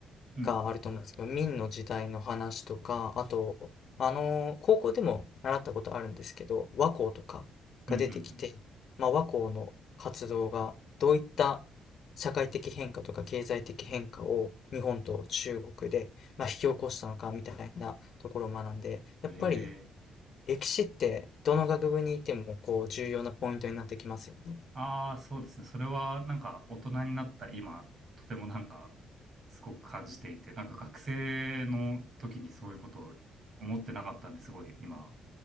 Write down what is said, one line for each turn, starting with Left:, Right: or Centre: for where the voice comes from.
Right: うん。うん。
Left: があると思うんですけど、明の時代の話とか、あと、あの、高校でも習ったことあるんですけど、和光とかが出てきて、
Right: うんうん
Left: まあ、和光の活動がどういった社会的変化とか経済的変化を日本と中国で、まあ、引き起こしたのかみたいなところを学んで、やっぱり
Right: うん。へえ。
Left: 歴史ってどの学部にいてもこう重要なポイントになってきますよね。
Right: ああ、そうですね。それはなんか大人になった今、とてもなんかすごく感じていて、なんか学生の時にそういうことを思ってなかったんですごい今、